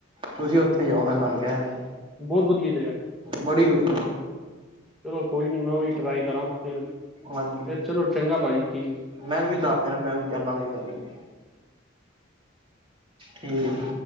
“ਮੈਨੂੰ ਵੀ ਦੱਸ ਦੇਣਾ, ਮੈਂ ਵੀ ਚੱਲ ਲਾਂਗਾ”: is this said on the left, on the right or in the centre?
Right